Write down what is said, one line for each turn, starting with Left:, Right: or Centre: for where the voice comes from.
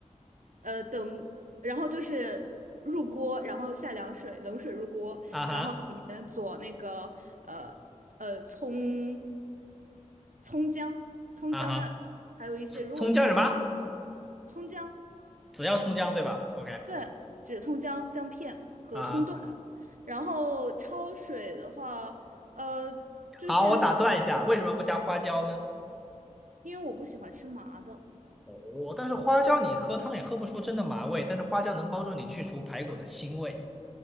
Right: 呃等，然后就是入锅，然后下凉水，冷水入锅，
Centre: 啊哈，
Right: 然后里面佐那个呃呃葱葱姜葱姜大，
Centre: 啊哈，
Right: 还有一些如果是
Centre: 葱葱姜什么？
Right: 葱姜。
Centre: 只要葱姜对吧？OK，
Right: 对，只葱姜姜片和葱段，
Centre: 啊哈，
Right: 然后焯水的话，呃，就是
Centre: 好，我打断一下，为什么不加花椒呢？
Right: 因为我不喜欢吃麻的，
Centre: 哦，但是花椒你喝汤也喝不出真的麻味，但是花椒能帮助你去除排骨的腥味